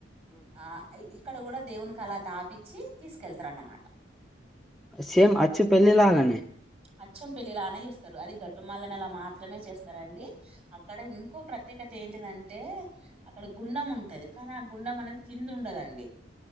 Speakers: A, on the right (about 35°); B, in the centre.
A: ఆ అక్కడ కూడా దేవునికి అలా తాపిచ్చి తీసుకెళ్తారు అన్నమాట
B: సేమ్ అచ్చు పెళ్లిలాగానే
A: అచ్చం పిల్రీలా ఇస్తారు అది గట్టుమాలని అలా మాత్రమే చేస్తారం అండి అక్కడ ఇంకో ప్రత్యేకత ఏంటిదంటే అక్కడ గుండం ఉంటది కానీ ఆ గుండెం అనేది కింద ఉండదండి